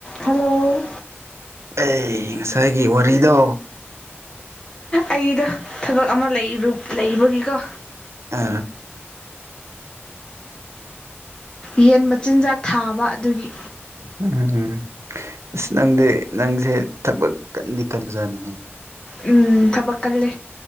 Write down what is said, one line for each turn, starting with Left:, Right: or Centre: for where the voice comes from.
Left: hello
Right: ꯑꯩ ꯉꯁꯥꯏꯒꯤ ꯋꯥꯔꯤꯗꯣ
Left: ꯑꯩꯗꯣ ꯊꯕꯛ ꯑꯃ ꯂꯩꯕꯒꯤꯀꯣ
Right: ꯑ
Left: ꯌꯦꯟ ꯃꯆꯤꯟꯖꯥꯛ ꯊꯥꯕ ꯑꯗꯨꯒꯤ
Right: ꯎꯝ ꯎꯝ ꯑꯁ ꯅꯪꯗꯤ ꯅꯪꯁꯦ ꯊꯕꯛ ꯀꯟꯗꯤ ꯀꯟꯕꯖꯥꯠꯅꯤꯍꯦ
Left: ꯎꯝ ꯊꯕꯛ ꯀꯜꯂꯦ